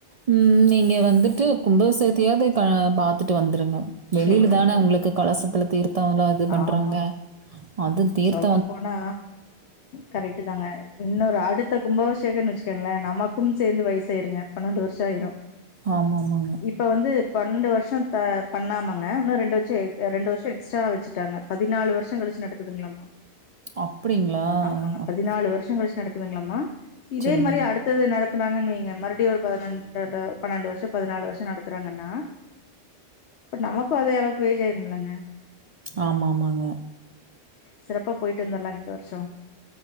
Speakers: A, on the right; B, on the left.
A: உம் நீங்க வந்துட்டு கும்பாவிஷேகத்தயாது கா பாத்துட்டு வந்துருங்க வெளியிலதான
B: சேரி சேரி
A: உங்களுக்கு கலசத்துல தீர்த் மத்தவன்லா இது பண்றாங்க
B: ஆமா
A: அது தீர்த்
B: <unintelligible> போனா கரெக்ட்டுதாங்க இன்னொரு அடுத்த கும்பாபிஷே கேக்கறன்னு வச்சுக்கோங்களே நமக்கும் சேந்து வயசாயிருங்க பன்னெண்டு வர்ஷோ ஆயிரு
A: ஆமாமாங்க.
B: இப்ப வந்து பன்னெண்டு வருஷோ த பண்ணாமங்க இன்னு ரெண்டு வச்சு ஆ ரெண்டு வருஷோ எக்ஸ்ட்ராவா வச்சுட்டாங்க பதினாலு வருஷோ கழிச்சு நடக் க்குதுங்களாமா
A: அப்படிங்களா?
B: ஆமாங்க
A: அப்
B: பதினாலு வருஷங் கழிச்சு நடக் க்குதுங்களாமா இதே
A: சரிங்க,
B: மாரி அடுத்தது நடத் இப்தாங்குவைங்க மறுபடியும் ஒரு பதுரெண்டு பன்னெண்டு வருஷம் பதினாலு வருஷம் நடத்துறாங்கன்னா இப்ப நமக்கும் அதே அளவுக்கு வயஜ் ஆயிடுச்சு ம்பளங்க
A: ஆமா ஆமாங்க
B: சிறப்பா போயிட்டு வந்துலாங்க இந்த வருஷம்